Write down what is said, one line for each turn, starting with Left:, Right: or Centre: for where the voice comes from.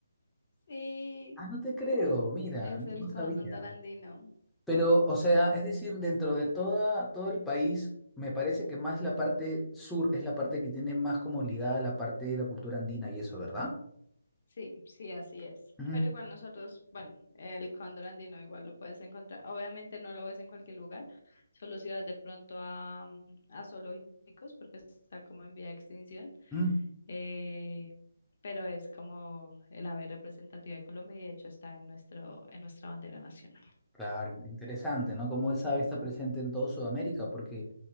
Left: sí,
Centre: Ah, no te creo, mira,
Left: es
Centre: no
Left: el
Centre: no
Left: cóndor
Centre: sabía.
Left: andino.
Centre: Pero, o sea, es decir, dentro de toda, todo el país, me parece que más la parte sur es la parte que tiene más como ligada a la parte de la cultura andina y eso, ¿verdad?
Left: Sí, sí, así es.
Centre: Ujú,
Left: Pero igual nosotros, bueno, el cóndor andino igual lo puedes encontrar. Obviamente no lo ves en cualquier lugar, solo si vas de pronto a, mm, a zoológicos porque está como en vía de extinción.
Centre: ujú.
Left: Eh, pero es como el ave representativa de Colombia y de hecho está en nuestro, en nuestra bandera nacional.
Centre: Claro, interesante, ¿no? Como esa ave está presente en toda Sudamérica, porque